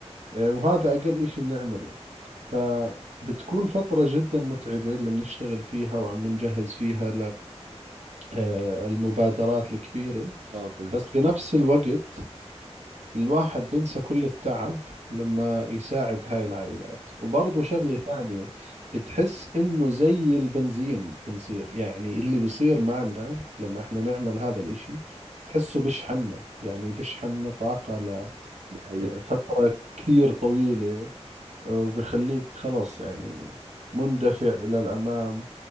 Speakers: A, on the right; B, on the right.
A: آه، وهذا أقل إشي بنعمله فبتكون فترة جدا متعبة اللي بنشتغل فيها وعم بنجهز فيها للمبادرات الكبيرة
B: اه فاهم
A: بس بنفس الوقت الواحد بنسى كل التعب لما يساعد هاي العائلات وبرضه شغلة ثانية بتحس إنه زي البنزين بنصير يعني اللي بيصير معنا لما إحنا نعمل هذا الإشي تحسه بشحننا يعني بشحننا طاقة
B: دي حقيقة
A: لفترة كثير طويلة آه، وبيخليك خلاص يعني مندفع إلى الأمام